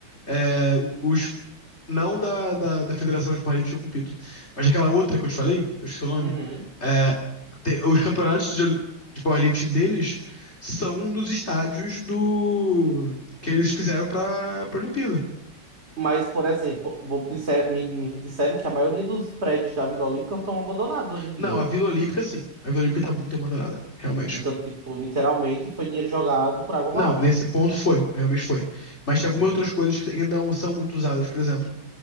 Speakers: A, on the left (about 30°); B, on the right (about 30°).
A: é, os não da, da, da Federação de Paralímpico eu compito, mas aquela outra que eu te falei, que eu esqueci o nome,
B: Uhum.
A: é, tem- os campeonatos de, oli- de powerlifting deles são nos estádios do que eles fizeram para a Olimpíada.
B: Mas, por exemplo, vou disser- me, me disseram que a maioria dos prédios da Vila Olímpica estão abandonados hoje em
A: Não,
B: dia.
A: a Vila Olímpica sim, a Vila Olímpica tá muito abandonada, realmente.
B: Então, tipo, literalmente foi dinheiro jogado por água
A: Não,
B: abaixo.
A: nesse ponto foi, realmente foi. Mas
B: Entendeu?
A: tem algumas outras coisas que ainda não são muito usadas, por exemplo,